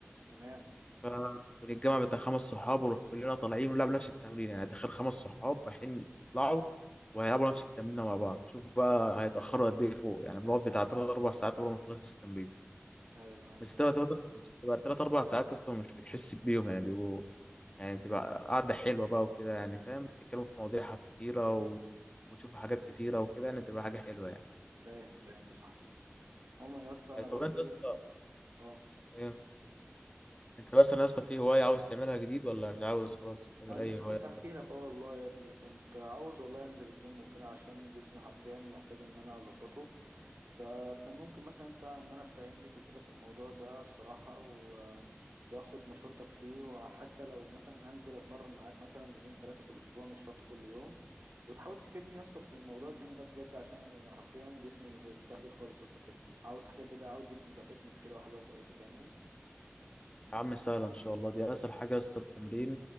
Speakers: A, on the right; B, on the left.
A: تمام
B: فبنتجمع بتاع خمس صحاب ونروح كلنا طالعين ونلعب نفس التمرين يعني تخيل خمس صحاب رايحين يطلعوا وهيلعبوا نفس التمرين مع بعض شوف بقى هيتأخروا قد ايه فوق يعني بنقعد بتاع تلات أربع ساعات قبل ما نخلص التمرين
A: أيوه أيوه أيوه.
B: بس تلات تلات بس بتبقى تلات أربع ساعات أصلا مش بتحس بيهم يعني بيبقوا يعني بتبقى قعدة حلوة بقى وكده يعني فاهم بتتكلموا في مواضيع حاجات كتيرة و... وتشوفوا حاجات كتيرة وكده يعني بتبقى حاجة حلوة يعني
A: فاهم فاهم يا صاحبي عموما يا اسطى انا برضو
B: طب أنت يا اسطى
A: اه
B: إيه؟ أنت مثلا يا اسطى في هواية عاوز تعملها جديد ولا مش عاوز خلاص تعمل
A: ما انا
B: أي
A: لسه
B: هواية
A: كنت احكي لك اه والله يا ابني كنت عاوز والله انزل الجيم وكده عشان جسمي حرفيا محتاج ان انا اظبطه فكان ممكن مثلا انت ان انا استعين بيك وكده في الموضوع ده الصراحة و... واخد مشورتك فيه وحتى لو مثلا هنزل اتمرن معاك مثلا يومين ثلاثة في الاسبوع مش شرط كل يوم وتحاول تفيدني يا اسطى في الموضوع الجيم ده بجد عشان انا حرفيا جسمي مبهدل خالص يا اسطى بجد عاوز حاجة كده عاوز جسمي يبقى فيتنس كده وحاجة كويسة فاهمني
B: يا عم سهلة إن شاء الله دي أسهل حاجة يا اسطى التمرين